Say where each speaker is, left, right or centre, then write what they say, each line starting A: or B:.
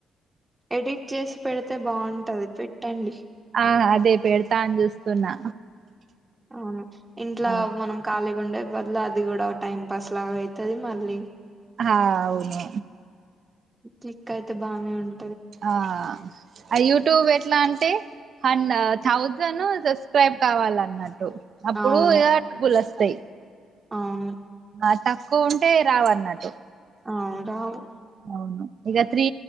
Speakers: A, on the right; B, on the right.
A: ఎడిట్ చేసి పెడితే బాగుంటది పెట్టండి
B: ఆ అదే పెడతా అని చూస్తున్నా
A: అవును ఇంట్లా
B: అవును
A: మనం ఖాళీగా ఉండే వల్ల అది కూడా ఒక టైం పాస్ లాగా అయ్ తది మళ్ళీ
B: ఆ అవును
A: క్లిక్ అయితే బానే ఉన్
B: ఆ ఆ యూట్యూబ్ ఎట్లా అంటే హన్ థౌజండ్ సబ్స్క్రైబ్ కావాలన్నట్ ట్టు అప్పుడు
A: అవును
B: ఇగ బ్బులు వస్తాయ్
A: అవును
B: ఆ తక్కువ ఉంటే రావ అన్నట్టు
A: అ రావు
B: అవును ఇక త్రీ